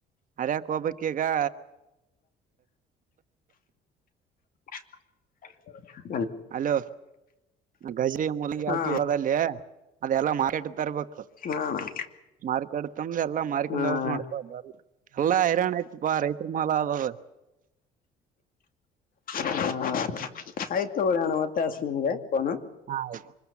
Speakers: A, on the right; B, on the left.
A: ಹರಿಯಾಕ ಹೋಗಬೇಕ ಈಗಾ
B: <inaudible>
A: ಅಲೋ ಗಜಿರಿ ಮೂಲಂಗಿ
B: ಹಾ
A: ಹಾಕಿವ ಹೊಲದಲ್ಲಿ ಅದೆಲ್ಲ ಕೆಟ್ಟ ತರಬೇಕ್
B: ಹಾ ಅಣ್ಣ
A: ಮಾರ್ಿಕಾಡತಂದ ಎಲ್ಲಾ ಮಾರ್ಕಂದಕ್
B: ಹಾ
A: ಮಾಡಪಾ ಬ ಎಲ್ಲಾ ಹೈರಾಣ ಆಯ್ತಪಾ ರೈತ ಮಾಲ ಅವ
B: ಹಾ ಆಯ್ತು ತಗೊಳಿ ಅಣ್ಣ ಮತ್ತೆ ಹಚ್ತನ್ ನಿಮ್ಗೆ ಫೋನು
A: ಆಯ್ತು